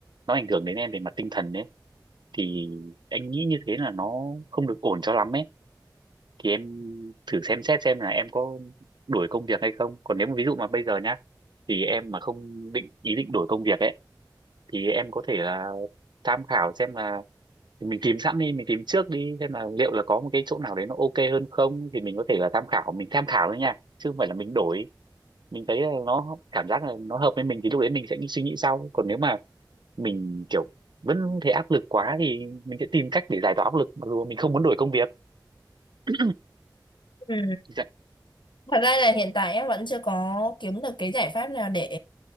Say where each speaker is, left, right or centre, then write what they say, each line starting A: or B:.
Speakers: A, on the right; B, on the left.
A: nó ảnh hưởng đến em về mặt tinh thần đấy thì anh nghĩ như thế là nó không được ổn cho lắm ấy thì em thử xem xét xem là em có đổi công việc hay không còn nếu mà ví dụ mà bây giờ nhá thì em mà không định ý định đổi công việc ấy thì em có thể là tham khảo xem là thì mình tìm sẵn đi mình tìm trước đi xem là liệu là có một cái chỗ nào đấy nó ok hơn không thì mình có thể là tham khảo mình tham khảo thôi nha chứ không phải là mình đổi mình thấy là nó cảm giác là nó hợp với mình thì lúc đấy mình sẽ đi suy nghĩ sau còn nếu mà mình kiểu vẫn thấy áp lực quá thì mình sẽ tìm cách để giải tỏa áp lực mặc dù mình không muốn đổi công việc <clears throat>
B: Ừ.
A: dạ.
B: Thật ra là hiện tại em vẫn chưa có kiếm được cái giải pháp nào để